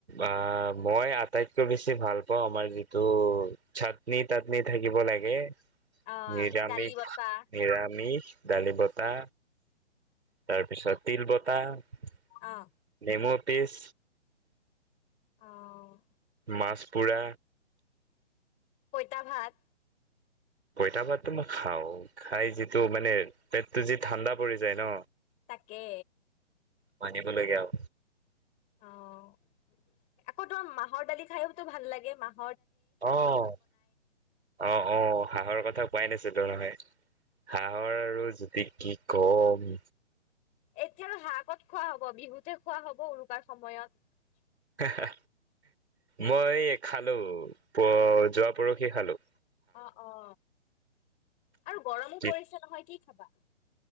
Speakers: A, on the right; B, on the left.
A: আ, মই আটাইতকৈ বেছি ভাল পাওঁ আমাৰ যিটো চাটনি তাটনি থাকিব লাগে।
B: অ',
A: নিৰামিষ,
B: দালি বতা
A: নিৰামিষ ডালি বতা তাৰপিছত তিল বতা তা
B: অ',
A: নেমু তেছ
B: অ'।
A: মাছ পুৰা
B: পইতা ভাত।
A: পইতা ভাতটো মই খাওঁ খাই যিটো মানে পেটটো যি ঠাণ্ডা পৰি যায় ন'।
B: তাকে।
A: মানিব লাগে আও।
B: অ', আকৌ তোমাৰ মাহঁৰ দালি খাইওটো ভাল লাগে, মাহঁ
A: অ', অ', অ', হাঁহৰ কথা কোৱাই নাছিলোঁ মানে হাঁহৰ আৰু জুতি কি কম।
B: এতিয়া আৰু হাঁহ ক'ত খোৱা হ'ব বিহুতে খোৱা হ'ব উৰুকাৰ সময়ত।
A: হা হা মই খালোঁ প' যোৱা পৰহি খালোঁ।
B: অ', অ'। আৰু গৰমো
A: কি
B: পৰিছে নহয় কি খাবা।